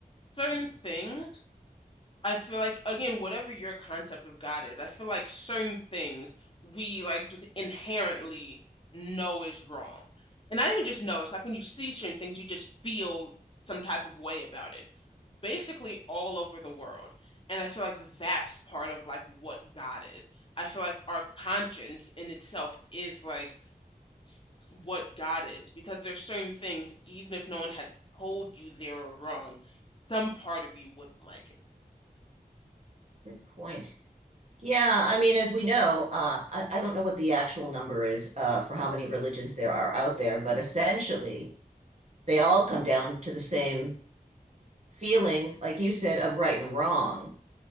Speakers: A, on the left; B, on the right.
A: certain things, I feel like again, whatever your concept of God is, I feel like certain things we like just inherently know is wrong. And not even just know, it's like when you see certain things, you just feel some type of way about it. Basically all over the world. And I feel like that's part of like what God is. I feel like our conscience in itself is like s- what God is because there's certain things, even if no one had told you they were wrong, some part of you wouldn't like it.
B: Good point. Yeah, I mean, as we know, uh, I, I don't know what the actual number is uh, for how many religions there are out there, but essentially they all come down to the same feeling, like you said, of right and wrong